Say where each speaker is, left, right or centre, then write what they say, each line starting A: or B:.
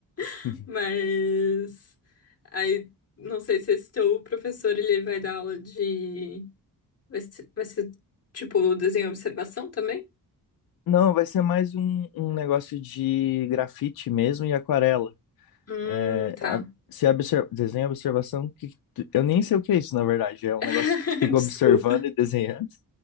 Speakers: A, on the left; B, on the left.
A: <laughs>
B: <laughs>
A: mas aí não sei se esse teu professor ele vai dar aula de Vai ser, vai ser tipo o desenho observação também?
B: Não, vai ser mais um, um negócio de grafite mesmo e aquarela.
A: Hum,
B: É,
A: tá.
B: a- se obser- desenha observação, que tu- eu nem sei o que é isso, na verdade. É um
A: <laughs>
B: negócio que tu fica
A: Desculpa.
B: observando e desenhando.